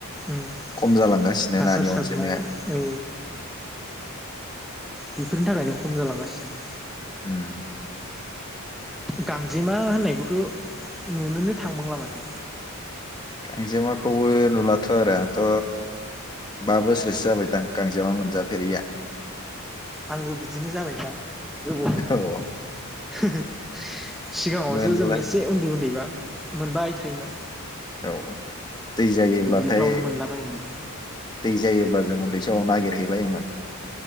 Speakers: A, in the centre; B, on the left.
A: ओम
B: खम जालांगासिनो
A: हासार
B: नानि
A: सारनाय
B: अनजिमाया
A: औ बेफोरनि थाखायनो खम जालांगासिनो।
B: उम
A: गांजेमा होननायखौथ' नुनोनो थांबांला माथो।
B: गांजेमाखौबो नुलाथ' आरो आंथ' बा बोसोरसो जाबायदां गांजेमा मोनजाफेरिया।
A: आंबो बिदिनो जाबायदां। गोबाव जाबाय।
B: औ
A: <unintelligible> सिगाङावसो
B: मोनला
A: जों एसे उन्दै उन्दैबा मोनबाय थायोमोन।
B: औ दै जायोब्लाथाय
A: दुब्लिफ्रावनो मोनलाबायोमोन ना
B: दै जायोब्ला जों उन्दै समआव नागिरहैलायोमोन।